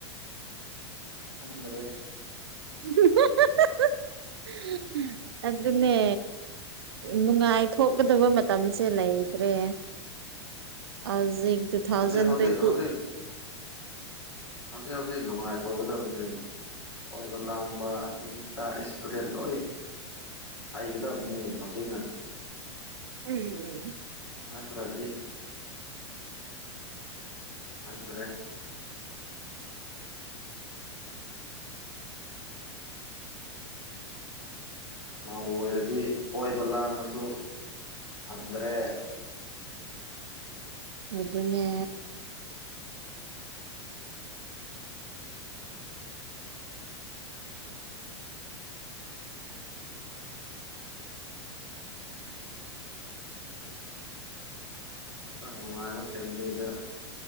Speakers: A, on the left; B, on the right.
A: ꯍꯗ꯭ꯔꯦ
B: <unintelligible>
A: <unintelligible>
B: ꯑꯗꯨꯅꯦ ꯅꯨꯡꯉꯥꯏꯊꯣꯛꯀꯗꯕ ꯃꯇꯝꯁꯦ ꯂꯩꯇ꯭ꯔꯦ ꯑ ꯇꯨ ꯊꯥꯎꯖꯟ
A: ꯍꯧꯖꯤꯛ ꯍꯧꯖꯤꯛ
B: ꯇ꯭ꯋꯦꯟꯇꯤ
A: ꯍꯧꯖꯤꯛ ꯍꯧꯖꯤꯛ ꯍꯧꯖꯤꯛ ꯅꯨꯡꯉꯥꯏꯊꯣꯛꯒꯗꯕꯅꯤ ꯑꯣꯏꯕ ꯂꯥꯡꯕ ꯑꯗꯨꯗ ꯏꯁꯄ꯭ꯔꯦ ꯂꯣꯏ ꯍꯩꯒꯗꯕꯅꯤ ꯍꯧꯖꯤꯛꯅ
B: ꯎꯝ ꯎꯝ
A: ꯅꯠꯇ꯭ꯔꯗꯤ ꯑꯗ꯭ꯔꯦ ꯃꯧ ꯑꯣꯏꯔꯗꯤ ꯀꯣꯏꯕ ꯂꯥꯡꯕꯁꯨ ꯐꯪꯗ꯭ꯔꯦ
B: ꯑꯗꯨ ꯑꯗꯨꯅꯦ
A: ꯈꯔ ꯅꯨꯡꯉꯥꯏꯕ ꯐꯦꯃꯤꯂꯤꯗ